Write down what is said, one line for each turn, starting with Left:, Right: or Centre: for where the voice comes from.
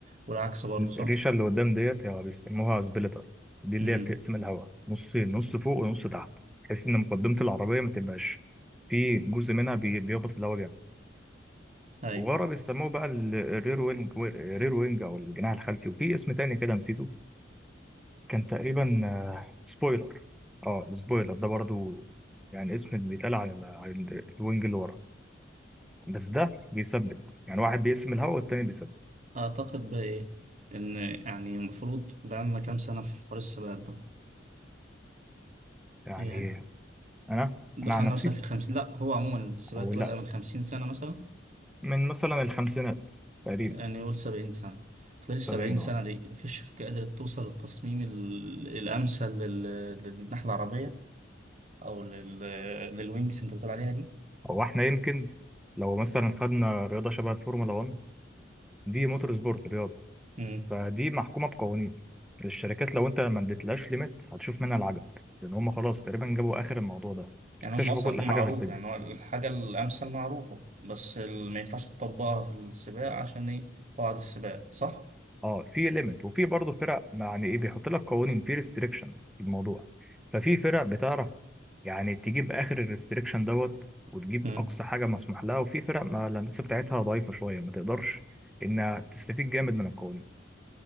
Right: والعكس برضو صح؟
Centre: الريشه اللي قدام ديت يعني بيسموها سبليتر دي اللي
Right: امم
Centre: هي بتقسم الهواء نصين نص فوق ونص تحت بحيث ان مقدمه العربيه ما تبقاش في جزء منها بي- بيهبط في الهواء جامد
Right: ايوه
Centre: وورا بيسموه بقى ال- الرير وينج الرير وينج او الجناح الخلفي وفي اسم تاني كده نسيته كان تقريبا آه، سبويلر اه السبويلر ده برضو يعني اسم بيتقال على ال- على ال- الوينج اللي ورا بس ده بيثبت يعني واحد بيقسم الهواء والتاني بيثبت
Right: أعتقد بقى إيه إن يعني المفروض بقالنا كام سنة في حوار السباقات ده
Centre: يعني
Right: يعني
Centre: انا
Right: دخلنا
Centre: انا عن نفسي
Right: مثلا في خمسين لأ هو عموما السباقات
Centre: او
Right: دي
Centre: لا
Right: بدأ من خمسين سنة مثلا
Centre: من مثلا الخمسينات تقريبا
Right: يعني نقول سبعين سنة خلال السبعين
Centre: السبعين
Right: سنة
Centre: اه
Right: دي مفيش شركة قدرت توصل للتصميم ال- الأمثل لل- للناحية العربية أو لل... للوينجز أنت بتقول عليها دي
Centre: هو احنا يمكن لو مثلا خدنا رياضة شبه الفورمولا 1 دي موتور سبورت رياضة
Right: مم.
Centre: فدي محكومة بقوانين الشركات لو انت ما اديتلهاش ليميت هتشوف منها العجب لان هم خلاص تقريبا جابوا اخر الموضوع ده
Right: يعني
Centre: اكتشفوا
Right: هم أصلا
Centre: كل حاجة
Right: معروف
Centre: في الفيزياء
Right: يعني هو الحاجة الأمثل معروفة بس ال- ما ينفعش تطبقها في السباق عشان إيه قواعد السباق صح؟
Centre: اه في ليميت وفي برضه فرق يعني ايه بيحط لك قوانين في ريستريكشن في الموضوع ففي فرق بتعرف يعني تجيب اخر الريستريكشن دوت وتجيب
Right: مم.
Centre: اقصى حاجه مسموح لها وفي فرق ما الهندسه بتاعتها ضعيفه شويه ما تقدرش انها تستفيد جامد من القوانين